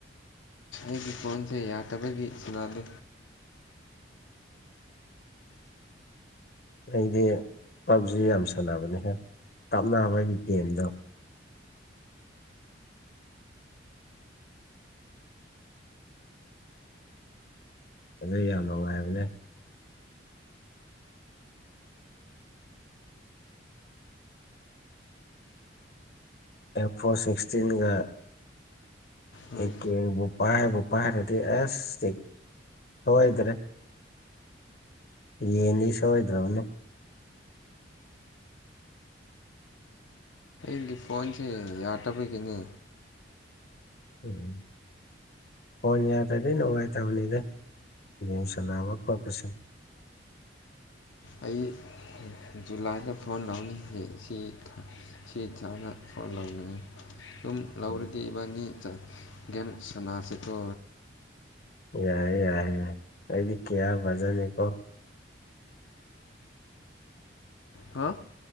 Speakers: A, on the left; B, on the left.
A: ꯑꯩꯒꯤ ꯐꯣꯟꯁꯦ ꯌꯥꯇꯕꯒꯤ ꯁꯅꯥꯗꯦ
B: ꯑꯩꯗꯤ ꯄꯞꯖꯤ ꯌꯥꯝ ꯁꯥꯟꯅꯕꯅꯤꯍꯦ ꯀꯥꯞꯅꯕꯒꯤ ꯒꯦꯝꯗꯣ ꯑꯗꯨ ꯌꯥꯝ ꯅꯨꯡꯉꯥꯏꯕꯅꯦ ꯑꯦꯝ ꯐꯣꯔ ꯁꯤꯛꯁꯇꯤꯟꯒ
A: ꯍꯣꯏ
B: ꯑꯦꯀꯦꯕꯨ ꯄꯥꯏꯕꯨ ꯄꯥꯏꯔꯗꯤ ꯑꯁ ꯁꯣꯏꯗ꯭ꯔꯦ ꯌꯦꯟꯅꯤ ꯁꯣꯏꯗ꯭ꯔꯕꯅꯤ
A: ꯑꯩꯒꯤ ꯐꯣꯟꯁꯦ ꯌꯥꯇꯕꯒꯤꯅꯤ
B: <unintelligible> ꯐꯣꯟ ꯌꯥꯗ꯭ꯔꯗꯤ ꯅꯨꯡꯉꯥꯏꯇꯕꯅꯤꯗ ꯒꯦꯝ ꯁꯥꯟꯅꯕ ꯈꯣꯠꯄꯁꯨ
A: ꯑꯩ ꯖꯨꯂꯥꯏꯗ ꯐꯣꯟ ꯂꯧꯅꯤ ꯁꯤ ꯁꯤ <unintelligible> ꯐꯣꯟ ꯂꯧꯅꯉꯥꯏ ꯁꯨꯝ ꯂꯧꯔꯗꯤ
B: ꯎꯝ
A: ꯏꯕꯥꯅꯤ ꯒꯦꯝ ꯁꯥꯟꯅꯁꯤꯀꯣ
B: ꯌꯥꯏꯌꯦ ꯌꯥꯏꯌꯦ ꯑꯩꯗꯤ ꯀ꯭ꯌꯥ ꯚꯖꯟꯅꯤꯀꯣ
A: ꯍꯥ